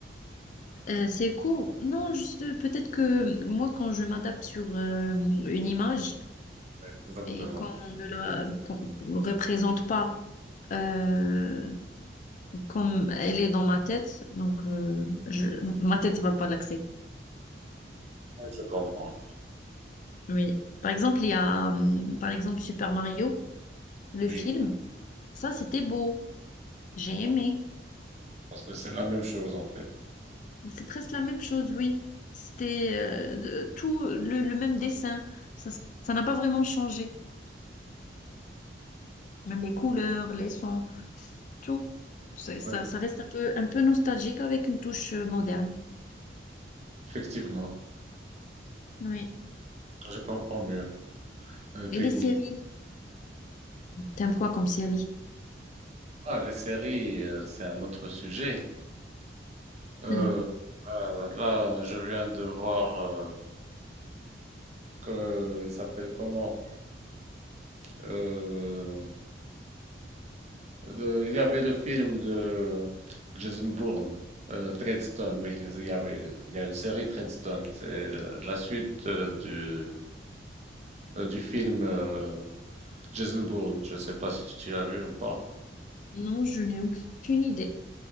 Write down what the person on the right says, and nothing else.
Exactement.
Ouais, Je comprends.
Oui,
je
comprends.
parce que c'est la même chose en fait.
Oui,
effectivement.
Je comprends mieux euh, tes
goûts.
Ah, les séries, euh, c'est un autre sujet. Euh,
bah, là, je viens de voir euh, que il s'appelle comment? Euh, Le- il y avait le film de Jason Bourne, euh, Treadstone, oui. Il y avait, il y a une série Treadstone. C'est la suite euh, du, euh, du film euh, Jason Bourne. Je ne sais pas si tu, tu as vu ou pas.